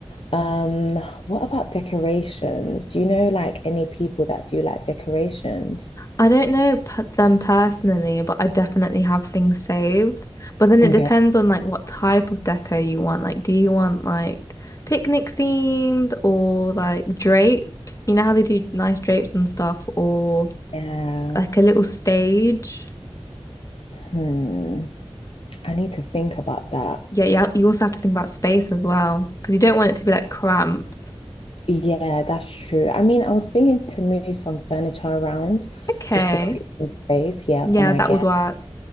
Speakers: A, on the left (about 65°); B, on the left (about 35°).
A: Um, what about decorations? Do you know like any people that do like decorations?
B: I don't know p them personally, but I definitely have things saved. But then it
A: Okay.
B: depends on like what type of deco you want. Like, do you want like picnic themed or like drapes? You know how they do nice drapes and stuff, or
A: Yeah.
B: like a little stage.
A: Hmm. I need to think about that.
B: Yeah, yeah. You also have to think about space as well because you don't want it to be like cramped.
A: Yeah, that's true. I mean, I was thinking to move some furniture around
B: Okay,
A: just to create some space, yeah,
B: yeah,
A: for my
B: that
A: guests.
B: would work.